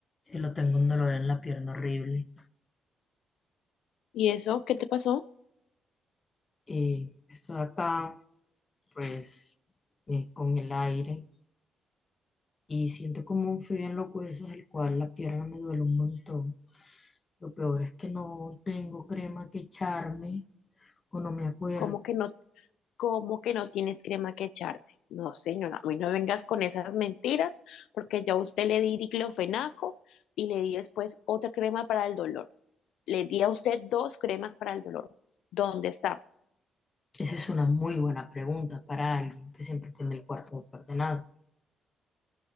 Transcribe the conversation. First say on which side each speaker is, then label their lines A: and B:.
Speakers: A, on the left (about 30°); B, on the left (about 80°).
A: Sí, lo tengo un dolor en la pierna horrible.
B: ¿Y eso qué te pasó?
A: Y estoy acá, pues, eh, con el aire y siento como un frío en los huesos, el cual la pierna me duele un montón. Lo peor es que no tengo crema que echarme o no me acuerdo.
B: ¿Cómo que no, cómo que no tienes crema que echarte? No, señora, hoy no vengas con esas mentiras, porque yo a usted le di diclofenaco y le di después otra crema para el dolor. Le di a usted dos cremas para el dolor. ¿Dónde está?
A: Esa es una muy buena pregunta para alguien que siempre tiene el cuarto desordenado.